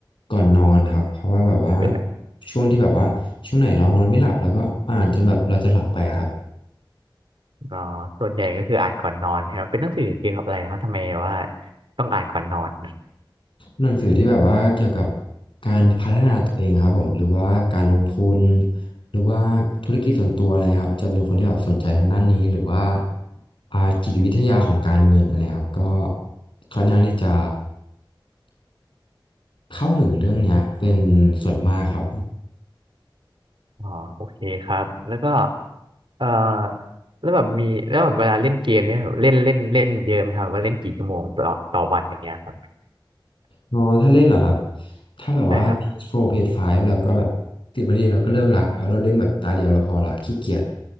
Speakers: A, on the left (about 80°); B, on the right (about 80°).
A: ก่อนนอนนะครับเพราะว่าแบบว่า
B: เป็น
A: ช่วงที่แบบว่าช่วงไหนเรานอนไม่หลับเราก็อ่านจนแบบเราจะหลับไปอะครับ
B: อ๋อส่วนใหญ่ก็คืออ่านก่อนนอนครับเป็นหนังสือเกี่ยวกับอะไรครับทำไมว่าต้องอ่านก่อนนอน
A: หนังสือที่แบบว่าเกี่ยวกับการพัฒนาตัวเองครับผมหรือว่าการลงทุนหรือว่าธุรกิจส่วนตัวอะไรครับจะเป็นคนที่แบบสนใจทางด้านนี้หรือว่าอ่าจิตวิทยาของการเงินอะไรครับก็ค่อนข้างที่จะเข้าถึงเรื่องเนี้ยเป็นส่วนมากครับ
B: อ๋อโอเคครับแล้วก็เอ่อแล้วแบบมีแล้วแบบเวลาเล่นเกมเนี่ยเล่นเล่นเล่นเยอะไหมครับว่าเล่นกี่ชั่วโมงต่อต่อวันอย่างเงี้ยครับ
A: อ๋อถ้าเล่นเหรอครับ ถ้าแบบว่า
B: ใช่ครับ
A: PS4 PS5 แล้วก็แบบสิบนาทีเราก็เลิกละเพราะเราเล่นแบบตาเดียวเราพอละขี้เกียจ